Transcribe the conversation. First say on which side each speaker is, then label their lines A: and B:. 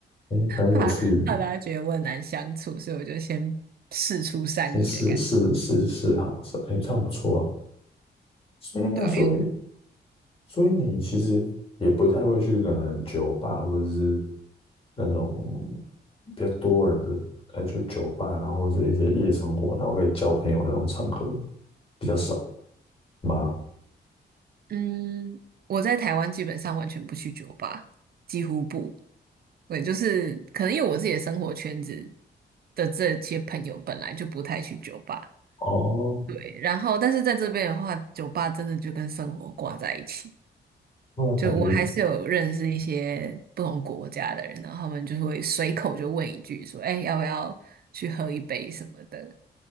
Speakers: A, on the left (about 30°); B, on the right (about 60°).
A: 哎，蛮有趣的，
B: 怕怕大家觉得我很难相处，所以我就先试出善意的感觉，
A: 先试试试试好是，哎，这样不错啊。所以那所以
B: 对啊，因为
A: 所以你其实也不太会去可能酒吧或者是那种比较多人的，哎，就酒吧，然后是一些夜生活，然后可以交朋友的那种场合比较少吗？
B: 嗯，我在台湾基本上完全不去酒吧，几乎不，对，就是可能因为我自己的生活圈子的这些朋友本来就不太去酒吧，
A: 哦，
B: 对，然后但是在这边的话，酒吧真的就跟生活挂在一起。
A: 那感觉
B: 就我还是有认识一些不同国家的人，然后他们就会随口就问一句说：“哎，要不要去喝一杯什么的？”